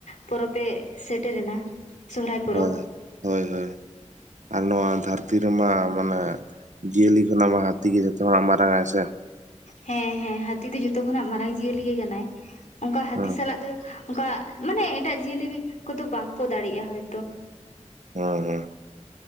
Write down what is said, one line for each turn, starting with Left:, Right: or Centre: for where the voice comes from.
Left: ᱯᱚᱨᱚᱵᱽ ᱮ ᱥᱮᱴᱮᱨᱮᱱᱟ ᱥᱚᱦᱨᱟᱭ ᱯᱚᱨᱚᱵᱽ
Right: ᱦᱳᱭ ᱦᱳᱭ ᱦᱳᱭ ᱟᱨ ᱱᱚᱣᱟ ᱫᱷᱟᱹᱨᱛᱤ ᱨᱮᱢᱟ ᱢᱟᱱᱮ ᱡᱤᱭᱟᱹᱞᱤ ᱠᱷᱚᱱᱟᱜ ᱢᱟ ᱦᱟ ᱦᱟᱹᱛᱤ ᱜᱮ ᱡᱷᱚᱛᱚᱠᱷᱚᱱ ᱢᱟᱨᱟᱝ ᱟᱭ ᱥᱮ
Left: ᱦᱮᱸ ᱦᱮᱸ ᱦᱟᱹᱛᱤ ᱫᱚ ᱡᱷᱚᱛᱚ ᱠᱷᱚᱱᱟᱜ ᱢᱟᱨᱟᱝ ᱡᱤᱭᱟᱹᱞᱤ ᱜᱮ ᱠᱟᱱᱟᱭ ᱚᱱᱠᱟ ᱦᱟᱹᱛᱤ
Right: ᱦᱮᱸ
Left: ᱥᱟᱞᱟᱜ ᱫᱚ ᱚᱱᱠᱟ ᱢᱟᱱᱮ ᱮᱴᱟᱜ ᱡᱤᱭᱟᱹᱞᱤ ᱠᱚᱫᱚ ᱵᱟᱝᱠᱚ ᱫᱟᱲᱮᱭᱟᱜᱼᱟᱭ
Right: ᱦᱩᱸ ᱦᱮᱸ